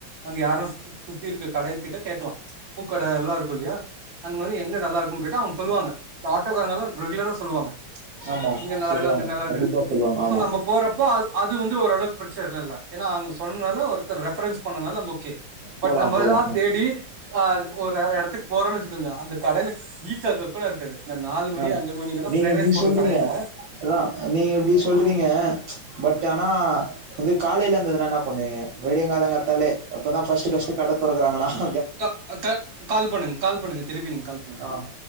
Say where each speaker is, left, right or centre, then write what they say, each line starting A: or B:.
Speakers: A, on the right; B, on the right.
A: அங்க யாரு சு சுத்தி இருக்க கடைய கிட்ட கேக்கலா பூக்கட எல்லா ருக்கு இல்லியா அங் வந்து எங்க நல்லா ருக்கும் கேட்டு அவுங் சொல்லுவாங்க இந்த ஆட்டோக்காரங்க எல்லா ரெகுலரா சொல்லுவாங்க ச்ச்
B: ஆமா
A: இங்க நல்லா
B: சொல்லுவாங்க
A: ருக்கு அங்க நல்லா ருக்குனு
B: கண்டிப்பா சொல்லுவாங்க
A: சோ
B: ஆமா
A: நம்ப போறப்போ அது அது வந்து ஓரளவு ப்ரெச்சலா இல்ல ஏன்னா அங் சொன்னால ஒரு த்தர் ரெஃப்ரன்ஸ் பண்ணனால ஓகே பட்
B: போலா
A: நம்ம
B: போலா
A: எல்லா தேடி ஆ அது ஒரு அ எடத்துக் போறோன் வச்சுக்குங்க அந்த கடையில க் ஈ காக்கா கூட இருக்காது இந்த நாலு மணி
B: அ
A: அஞ்சு மணிக்கெல்லா
B: நீங்க
A: ஃப்ரைட்
B: இப்டி
A: ரைஸ் போடுற
B: சொல்றீங்க
A: கடையில
B: அதா நீங்க இப்டி சொல்றீங்க ச்ச் பட் ஆனா வந்து காலையில இருந்ததுனா என்னா பண்வீங்க வெடியங் காலங்கத்தாலே இப்பதா ஃபஸ்ட்டு ஃபஸ்ட்டு கட தொறக்குறாங்கனா
A: தா அ த கால் பண்ணுங் கால் பண்ணுங்க திருப்பி நீங்க கால் பண்ணுங்க
B: ஆ.